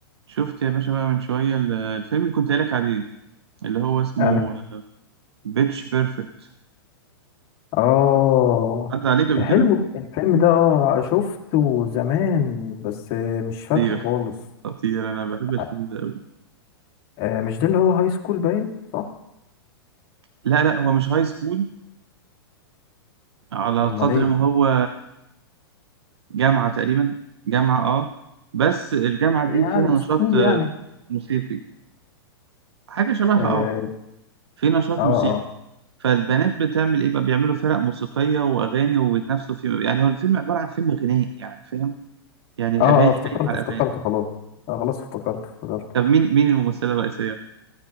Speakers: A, on the right; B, on the left.
A: شفت يا باشا بقى من شوية ال- الفيلم اللي كنت قايلك عليه اللي هو اسمه
B: يعني
A: بيتش بيرفكت
B: اه
A: عدى عليك قبل
B: حلو
A: كده؟
B: الفيلم ده اه شفته زمان بس آه، مش فاكره
A: خطير
B: خالص
A: خطير أنا بحب الفيلم
B: آه،
A: ده أوي
B: آه، مش ده اللي هو هاي سكول باين صح
A: لا لا هو مش هاي سكول على
B: امال
A: قدر
B: ايه
A: ما هو جامعة تقريبا جامعة اه بس الجامعة دي
B: يعني
A: فيها نشاط
B: سكول
A: آه،
B: يعني
A: موسيقي حاجة شبهها
B: اه
A: اه في نشاط
B: اه
A: موسيقي
B: اه
A: فالبنات بتعمل ايه بقى بيعملوا فرق موسيقية وأغاني وبيتنافسوا في يعني هو الفيلم عبارة عن فيلم غنائي يعني فاهم يعني
B: اه آه،
A: أغاني
B: افتكرته
A: قايم على
B: افتكرته
A: أغاني
B: خلاص آه خلاص افتكرته افتكرته
A: طب مين مين الممثلة الرئيسية؟